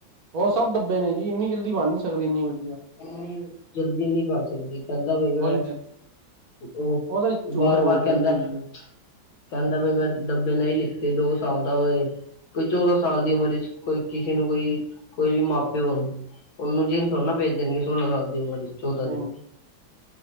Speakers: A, on the right; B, on the left.
A: ਹੋਰ ਸਭ ਡੱਬੇ ਨੇ ਜੀ ਇੰਨੀ ਜਲਦੀ ਬਣ ਨੀ ਸਕਦੀ ਇੰਨੀ ਵਧੀਆ।
B: ਏਨੀ ਜਲਦੀ ਨੀ ਬਣ ਸਕਦੀ। ਕੈਂਦਾ ਬਈ ਮੈਂ
A: ਉਹੀ ਤੇ
B: ਓ
A: ਉਹ ਤਾਂ ਝੂਠ
B: ਬਾਰ
A: ਬੋਲਦਾ
B: ਬਾਰ ਕੈਂਦਾ
A: ਜੀ
B: ਐ। ਕੈਂਦਾ, ਬਈ ਮੈਂ ਡੱਬੇ ਨਈ ਲਿੱਤੇ ਦੋ ਸਾਲ ਦਾ ਓ ਏ। ਕੋਈ ਚੌਦਾਂ ਸਾਲ ਦੀ ਉਮਰ ਇਚ ਕੋਈ ਕਿਸੇ ਨੂੰ ਕੋਈ ਕੋਈ ਵੀ ਮਾ ਪਿਓ ਹੋਣ। ਔਨੂੰ ਜਿਮ ਥੋੜਾ ਨਾ ਭੇਜ ਦੇਣਗੇ ਸੋਲਾਂ ਸਾਲ ਦੀ ਉਮਰ ਇਚ, ਚੌਦਾਂ
A: ਨਹੀਂ
B: ਦੀ।